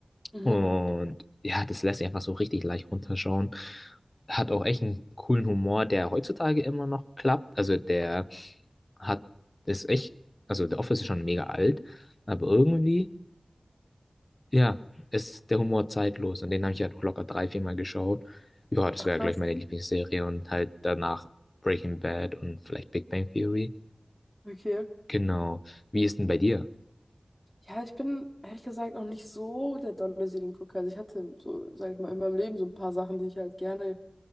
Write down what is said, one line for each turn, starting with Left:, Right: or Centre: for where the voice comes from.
Centre: Mhm.
Left: Und ja, das lässt sich einfach so richtig leicht runterschauen. Hat auch echt einen coolen Humor, der heutzutage immer noch klappt. Also der hat, ist echt, also The Office ist schon mega alt, aber irgendwie, ja, ist der Humor zeitlos. Und den habe ich halt auch locker drei, viermal geschaut. Ja, das
Centre: Ach,
Left: wäre
Centre: krass.
Left: gleich meine Lieblingsserie und halt danach Breaking Bad und vielleicht Big Bang Theory.
Centre: Okay.
Left: Genau. Wie ist denn bei dir?
Centre: Ja, ich bin ehrlich gesagt auch nicht so der dolle Seriengucker. Also ich hatte so, sag ich mal, in meinem Leben so ein paar Sachen, die ich halt gerne